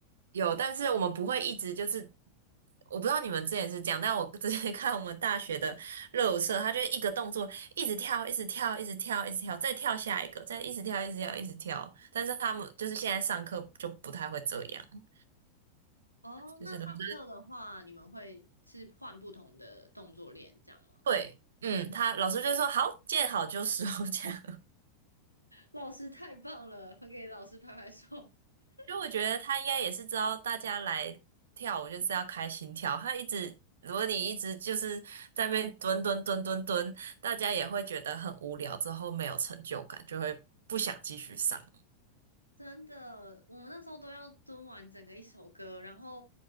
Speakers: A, on the right (about 65°); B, on the right (about 90°).
A: 有，但是我们不会一直就是，我不知道你们之前是这样，但我之前 <laughs> 看我们大学的热舞社，他就一个动作一直跳，一直跳，一直跳，一直跳，再跳下一个，再一直跳，一直跳，一直跳。但是他们就是现在上课就不太会这样，
B: 哦，
A: 就是都是
B: 那上课的话，你们会是换不同的动作练，这样吗？
A: 对，嗯，他老师就说好，见好就收 <laughs> 这样。<laughs>
B: 老师太棒了，给老师拍拍手。<laughs>
A: 就我觉得他应该也是知道大家来跳舞就是要开心跳，他一直如果你一直就是在那边蹲蹲蹲蹲蹲，大家也会觉得很无聊，之后没有成就感，就会不想继续上。
B: 真的，我们那时候都要蹲完整个一首歌，然后